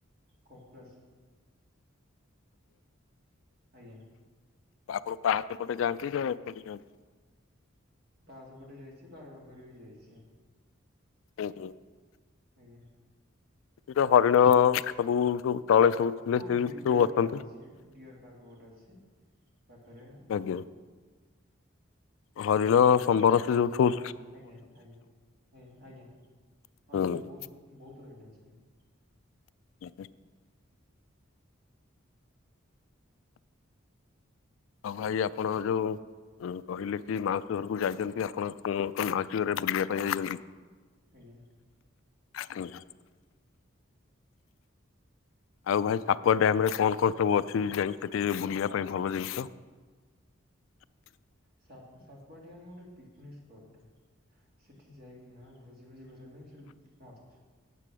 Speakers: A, on the right; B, on the left.
A: କପିଳାସ ଆଜ୍ଞା
B: ଆପଣ ପାହା ଏପଟେ ଯାନ୍ତି ନା ଏପଟେ ଯାଆନ୍ତି?
A: ପାହାଚ ପଟେ ଯାଇଚି, ବାରବାଙ୍କରେ ବି ଯାଇଚି।
B: ହୁଁ ହୁଁ।
A: ୟେ
B: ଏ ତ ହରିଣ ସବୁ ସବୁ ତଳେ ସବୁ ଥିଲେ
A: ହଁ
B: ସେ
A: ଡି
B: ସବୁ
A: ଡିଅର
B: ଅଛନ୍ତି।
A: ପାର୍କ ଅଛି, ଡିଅର ପାର୍କ ଗୋଟେ ଅଛି। ପାଖରେ
B: ଆଜ୍ଞା। ହରିଣ ସମ୍ବର ସେ ଯୋଉ ଠୁ
A: ଆଜ୍ଞା ଆଜ୍ଞା ଆଜ୍ଞା ଆଜ୍ଞା ଅଛନ୍ତି
B: ହୁଁ।
A: ବହୁତ ବହୁତ ହରିଣ ଅଛନ୍ତି।
B: <inaudible> ଆଉ ଭାଇ ଆପଣ ଯୋଉ। ହଁ କହିଲେ କି ମାଉସୀ ଘରକୁ ଯାଇଛନ୍ତି ଆପଣ କଣ ମାଉସୀ ଘରରେ ବୁଲିବା ପାଇଁ ଯାଇଛନ୍ତି?
A: ଆଜ୍ଞା।
B: ହୁଁ। ଆଉ ଭାଇ ସାପୁଆ ଡ୍ୟାମରେ କଣ କଣ ସବୁ ଅଛି, ଯାଇ ସେଠି ବୁଲିବା ପାଇଁ ଭଲ ଜିନିଷ? <inaudible>
A: ସା-ସାପୁଆ ଡ୍ୟାମ ଗୋଟେ ପିକନିକ ସ୍ପଟ ଟା। ସେଠି ଯାଇକିନା ଭୋଜି ଭୋଜି କରିବା ପାଇଁ ସେଠି ମସ୍ତ।